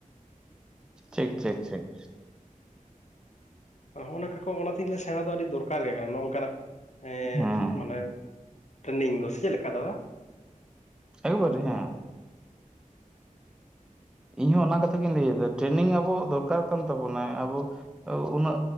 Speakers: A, in the centre; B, on the left (about 55°).
A: ᱴᱷᱤᱠ, ᱴᱷᱤᱠ, ᱴᱷᱤᱠ ᱾
B: ᱦᱚᱜᱼᱱᱟ, ᱱᱚᱠᱟ ᱠᱚ, ᱚᱱᱟᱛᱮᱧ ᱥᱮᱬᱟ ᱫᱚ, ᱟᱹᱰᱤ ᱫᱚᱨᱠᱟᱨ ᱜᱮ ᱠᱟᱱᱟ ᱾ ᱱᱚᱜᱼ ᱱᱚᱝᱠᱟ ᱱᱟᱜ ᱮᱸᱻ
A: ᱦᱮᱸ
B: ᱢᱟᱱᱮ, ᱴᱨᱮᱱᱤᱝ ᱫᱚ, ᱥᱮ ᱪᱮᱫ ᱞᱮᱠᱟ ᱫᱟᱫᱟ?
A: ᱮᱠᱵᱟᱨ ᱨᱮ, ᱦᱮᱸᱻ ᱾ ᱤᱧᱦᱚᱸ ᱚᱱᱟ, ᱠᱟᱛᱷᱟ ᱜᱤᱧ, ᱞᱟᱹᱭ ᱮᱫᱟ ᱾ ᱴᱨᱮᱱᱤᱝ ᱟᱵᱚ ᱫᱚᱨᱠᱟᱨ ᱠᱟᱱ, ᱛᱟᱵᱚᱱᱟᱭ, ᱟᱵᱚ ᱩᱱᱟᱹᱜ,